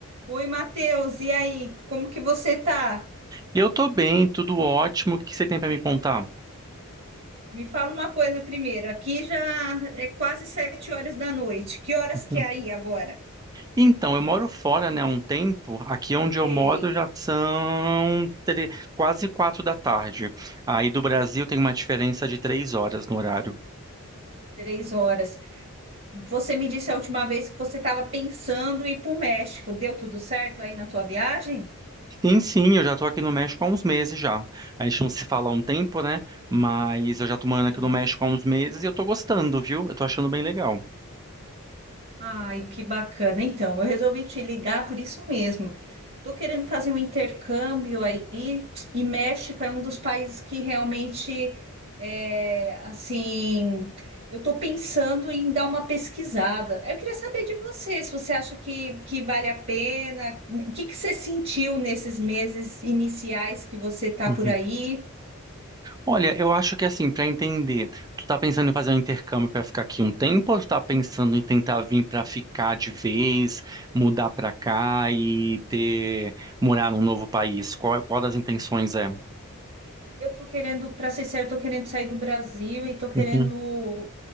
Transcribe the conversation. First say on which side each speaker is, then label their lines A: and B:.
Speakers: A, on the right; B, on the right.
A: Oi, Matheus, e aí? Como que você tá?
B: Eu tô bem, tudo ótimo. O que que você tem pra me contar?
A: Me fala uma coisa primeiro. Aqui já é quase sete horas da noite. Que horas que
B: Hum.
A: é aí agora?
B: Então, eu moro fora, né, há um tempo. Aqui onde eu
A: Sei,
B: moro já são tre- quase quatro da tarde. Aí do Brasil tem uma diferença de três horas no horário.
A: três horas. Você me disse a última vez que você estava pensando em ir para o México. Deu tudo certo aí na tua viagem?
B: Sim, sim, eu já tô aqui no México há uns meses já. A gente não se fala há um tempo, né? Mas eu já tô morando aqui
A: Isso.
B: no México há uns meses e eu tô gostando, viu? Eu tô achando bem legal.
A: Ai, que bacana. Então, eu resolvi te ligar por isso mesmo. Estou querendo fazer um intercâmbio aí, e México é um dos países que realmente, é, assim, eu estou pensando em dar uma pesquisada. Eu queria saber de você, se você acha que, que vale a pena, o que, que você sentiu nesses meses iniciais que você está
B: Uhum.
A: por aí?
B: Olha, eu acho que assim, para entender, tu tá pensando em fazer um intercâmbio para ficar aqui um tempo ou tu tá pensando em tentar vir para ficar de vez, mudar para cá e ter morar num novo país? Qual, qual das intenções é?
A: Eu estou querendo, para ser sincero, estou querendo sair do Brasil e estou querendo
B: Uhum,